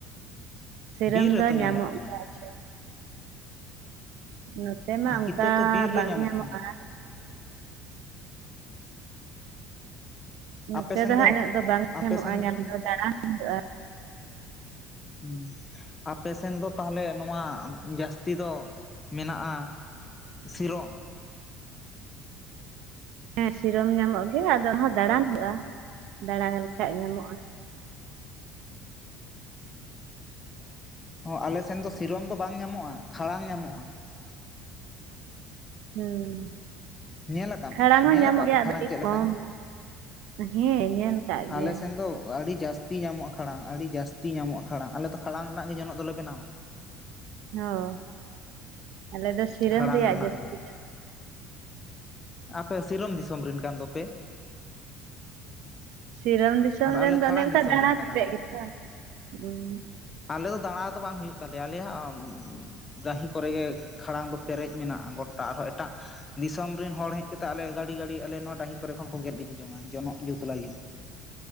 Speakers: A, on the right; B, on the left.
A: ᱥᱤᱨᱟᱹᱢ
B: ᱵᱤᱨ ᱨᱮᱛᱚ
A: ᱫᱚ ᱧᱟᱢᱚᱜ
B: ᱠᱟᱱᱟ
A: ᱜᱮᱭᱟ ᱪᱮ <inaudible> ᱱᱚᱛᱮ ᱢᱟ ᱚᱱᱠᱟ
B: ᱠᱤᱛᱟᱹ ᱛᱚ ᱵᱤᱨ ᱨᱮ
A: ᱵᱟᱝ
B: ᱧᱟᱢᱚᱜ
A: ᱧᱟᱢᱚᱜᱼᱟ᱾
B: ᱠᱟᱱᱟ
A: ᱱᱚᱛᱮ
B: ᱟᱯᱮ ᱥᱮᱱ
A: ᱫᱚ ᱦᱟᱜ ᱤᱱᱟᱹᱜ ᱫᱚ ᱵᱟᱝ ᱧᱟᱢᱚᱜᱼᱟ
B: ᱟᱯᱮ ᱥᱮᱱ
A: ᱧᱟᱢ ᱫᱚ ᱫᱟᱲᱟᱱ ᱦᱩᱭᱩᱜᱼᱟ᱾
B: ᱦᱩᱸ ᱟᱯᱮᱥᱮᱱ ᱫᱚ ᱛᱟᱦᱞᱮ ᱱᱚᱣᱟ ᱡᱟᱹᱥᱛᱤ ᱫᱚ ᱢᱮᱱᱟᱜᱼᱟ ᱾ ᱥᱤᱨᱚᱢ?
A: ᱦᱮᱸ ᱥᱤᱨᱚᱢ ᱧᱟᱢᱚᱜ ᱜᱮᱭᱟ ᱟᱫᱚ ᱚᱱᱟᱦᱚᱸ ᱫᱟᱲᱟᱱ ᱦᱩᱭᱩᱜᱼᱟ ᱫᱟᱬᱟ ᱞᱮᱠᱷᱟᱡ ᱧᱟᱢᱚᱜᱼᱟ ᱾ <inaudible>
B: ᱦᱚ ᱟᱞᱮ ᱥᱮᱱ ᱫᱚ ᱥᱤᱨᱚᱢ ᱫᱚ ᱵᱟᱝ ᱧᱟᱢᱚᱜᱼᱟ, ᱠᱷᱟᱲᱟᱝ ᱧᱟᱢᱚᱜᱼᱟ ᱾
A: ᱦᱩᱸ
B: ᱧᱮᱞᱟᱠᱟᱢ
A: ᱠᱷᱟᱲᱟᱝ ᱦᱚᱸ
B: ᱧᱮᱞᱟᱠᱟᱜᱼᱟ
A: ᱧᱟᱢᱚᱜ ᱜᱮᱭᱟ
B: ᱯᱮ ᱠᱷᱟᱲᱟᱝ
A: ᱟᱫᱚ ᱟᱹᱰᱤ
B: ᱪᱮᱫ
A: ᱠᱚᱢ
B: ᱞᱮᱠᱟᱱᱟ?
A: ᱦᱮᱸ ᱧᱮᱞ ᱠᱟᱜ ᱜᱮᱭᱟ
B: ᱟᱞᱮ ᱥᱮᱱ ᱫᱚ ᱟᱹᱰᱤ ᱡᱟᱥ ᱛᱤ ᱧᱟᱢᱚᱜᱼᱟ ᱠᱷᱟᱲᱟᱝ ᱟᱹᱲᱤ ᱡᱟᱹᱥᱛᱤ ᱧᱟᱢᱚᱜᱼᱟ ᱠᱷᱟᱲᱟᱝ ᱟᱞᱮᱫᱚ ᱠᱷᱟᱲᱟᱝ ᱨᱮᱱᱟᱝ ᱜᱮ ᱡᱚᱱᱚᱜ ᱫᱚᱞᱮ ᱵᱮᱱᱟᱣᱟ ᱾
A: ᱦᱚ ᱟᱞᱮ ᱫᱚ ᱥᱤᱨᱚᱢ
B: ᱠᱷᱟᱲᱟᱝ
A: ᱨᱮᱭᱟᱜ
B: ᱨᱮᱱᱟᱜ
A: ᱡᱟᱹᱥᱛᱤ
B: ᱜᱮ
A: ᱞᱮ
B: ᱟᱯᱮ ᱥᱤᱨᱚᱢ ᱫᱤᱥᱚᱢ ᱨᱮᱱ ᱠᱟᱱ ᱫᱚᱯᱮ?
A: ᱥᱤᱨᱚᱢ ᱫᱤᱥᱚᱢ
B: ᱟᱨ
A: ᱨᱮᱱ
B: ᱟᱞᱮ ᱠᱷᱟᱲᱟᱝ
A: ᱫᱚ ᱚᱱᱮ ᱚᱱᱠᱟ
B: ᱫᱤᱥᱚᱢ
A: ᱫᱟᱬᱟ
B: ᱨᱮᱱ ᱠᱟᱱᱟᱞᱮ
A: ᱠᱟᱛᱮᱜ ᱜᱮᱛᱚ᱾ ᱦᱩᱸ
B: ᱟᱞᱮ ᱫᱚ ᱫᱟᱬᱟ ᱫᱚ ᱵᱟᱝ ᱦᱩᱭᱩᱜ ᱛᱟᱞᱮᱭᱟ ᱟᱞᱮᱭᱟᱜ <unintelligible> ᱫᱟᱸᱦᱤ ᱠᱚᱨᱮᱜᱮ ᱠᱷᱟᱲᱟᱝ ᱫᱚ ᱯᱮᱨᱮᱡ ᱢᱮᱱᱟᱜᱼᱟ ᱜᱚᱴᱟ ᱟᱨᱦᱚᱸ ᱮᱴᱟᱜ ᱫᱤᱥᱚᱢ ᱨᱤᱱ ᱦᱚᱲ ᱦᱮᱸᱡ ᱠᱟᱛᱮ ᱟᱞᱮ ᱜᱟᱲᱤ ᱜᱟᱲᱤ ᱟᱞᱮ ᱱᱚᱣᱟ ᱰᱟᱹᱦᱤ ᱠᱚᱨᱮ ᱠᱷᱚᱱ ᱠᱚ ᱜᱮᱫ ᱤᱫᱤ ᱡᱚᱝᱟ ᱡᱚᱱᱚᱜ ᱡᱩᱛ ᱞᱟᱹᱜᱤᱫ ᱾